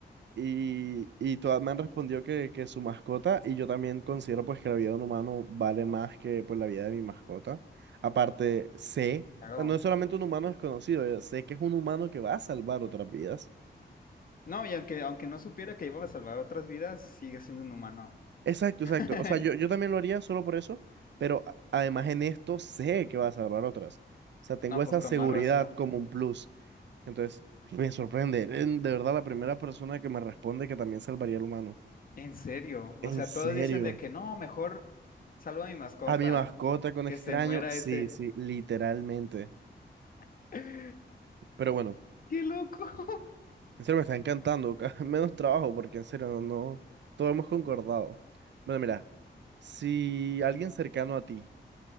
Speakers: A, on the right (about 75°); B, on the left (about 50°).
A: y, y todas me han respondido que, que su mascota y yo también considero pues que la vida de un humano vale más que pues la vida de mi mascota. Aparte, sé,
B: hago?
A: o sea, no es solamente un humano desconocido, eh, sé que es un humano que va a salvar otras vidas.
B: No, y aunque, aunque no supiera que iba a salvar otras vidas, sigue siendo un humano.
A: Exacto,
B: <laughs>
A: exacto. O sea, yo, yo también lo haría solo por eso, pero a- además en esto sé que va a salvar otras. O sea, tengo
B: No,
A: esa
B: pues con
A: seguridad
B: más razón.
A: como un plus. Entonces, me sorprende. Eres de verdad la primera persona que me responde que también salvaría al humano.
B: En serio.
A: En
B: O sea,
A: serio.
B: todos dicen de que no, mejor salvo a mi mascota,
A: A mi mascota con
B: que
A: extraño.
B: se muera
A: Sí,
B: ese.
A: sí, literalmente.
B: <gasps> <laughs>
A: Pero bueno,
B: ¡Qué loco! <laughs>
A: en serio me está encantando. <laughs> Menos trabajo porque en serio no, no. Todo hemos concordado. Bueno, mira, si alguien cercano a ti,